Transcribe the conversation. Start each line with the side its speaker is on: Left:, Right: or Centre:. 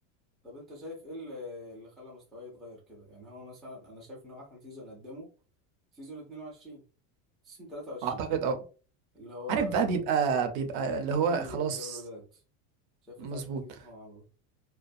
Centre: طب انت شايف ايه اللي اللي خلى مستواه يتغير كده يعني هو مثلا انا شايف ان هو احسن سيزون قدمه سيزون 22 سيزون 23
Right: اعتقد اه
Centre: اللي هو
Right: عارف بقى بيبقى بيبقى
Centre: اللي كنا
Right: اللي هو
Centre: فيه
Right: خلاص
Centre: قدام الوداد شايف
Right: مظبوط
Centre: ده احسن سيزون هو عمله